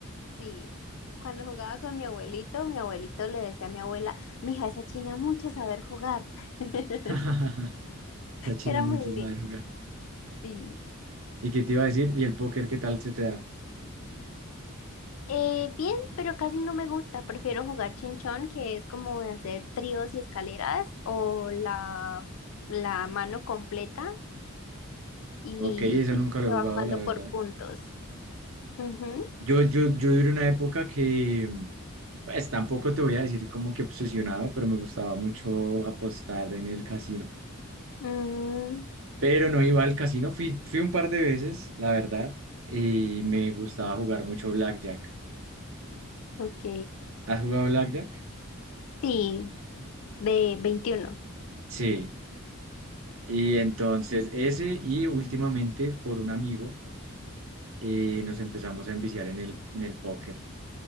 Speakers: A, on the left; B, on the right.
A: Sí. Cuando jugaba con mi abuelito, mi abuelito le decía a mi abuela, mija, esa china mucho saber jugar. <laughs>
B: <laughs> La China
A: Era
B: es
A: muy
B: mucho saber
A: lindo.
B: jugar.
A: Sí.
B: ¿Y qué te iba a decir? ¿Y el póker qué tal se te da?
A: Eh, bien, pero casi no me gusta. Prefiero jugar chinchón, que es como de hacer tríos y escaleras, o la, la mano completa y
B: Ok, eso nunca lo
A: se
B: he jugado,
A: va jugando
B: la verdad.
A: por puntos. Ujú.
B: Yo, yo, yo duré una época que, pues tampoco te voy a decir como que obsesionado, pero me gustaba mucho apostar en el casino.
A: Mm,
B: Pero no iba al casino, fui, fui un par de veces, la verdad, y me gustaba jugar mucho blackjack.
A: ok.
B: ¿Has jugado blackjack?
A: Sí, de veintiuno
B: Sí. Y entonces ese y últimamente por un amigo eh, nos empezamos a enviciar en el, en el póker.